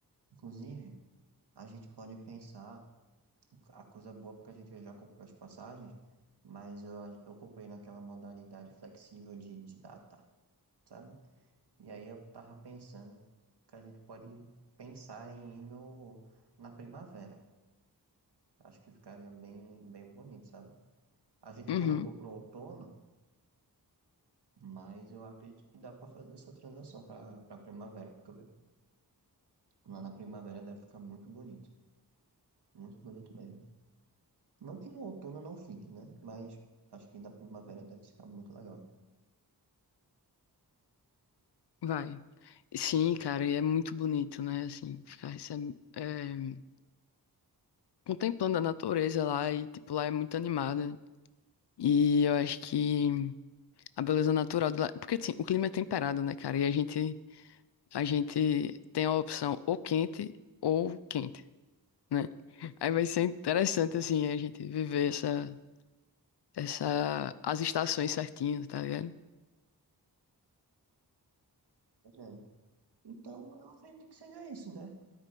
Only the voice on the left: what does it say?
Uhum.
Vai. Sim, cara, e é muito bonito, né? Assim, ficar receb- é, contemplando a natureza lá e, tipo, lá é muito animada. E eu acho que a beleza natural de lá. Porque, assim, o clima é temperado, né, cara? E a gente, a gente tem a opção ou quente ou quente, né? Aí vai ser interessante, assim, a gente viver essa, essa, as estações certinho, tá ligado?